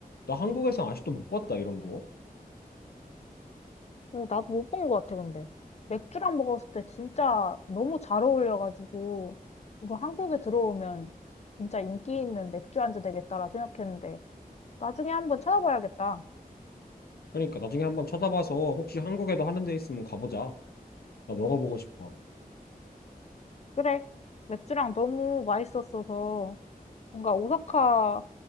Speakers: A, on the left; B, on the left.
A: 나 한국에선 아직도 못 봤다 이런 거.
B: 어, 나도 못 본 것 같아 근데 맥주랑 먹었을 때 진짜 너무 잘 어울려가지고 이거 한국에 들어오면 진짜 인기 있는 맥주 안주 되겠다라 생각했는데 나중에 한번 찾아봐야겠다.
A: 그러니까 나중에 한번 찾아봐서 혹시 한국에도 하는 데 있으면 가보자. 나 먹어보고 싶어.
B: 그래 맥주랑 너무 맛있었어서 뭔가 오사카